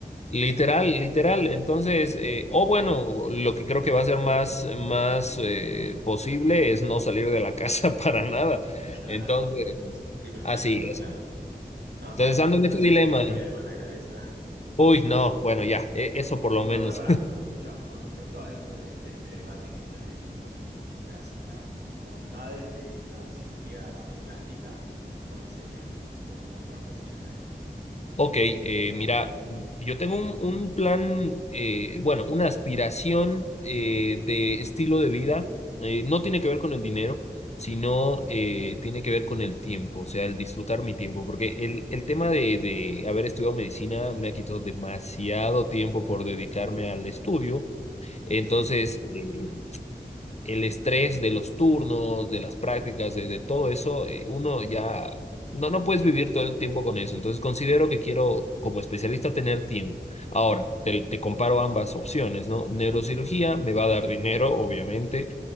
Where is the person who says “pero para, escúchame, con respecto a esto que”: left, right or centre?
Right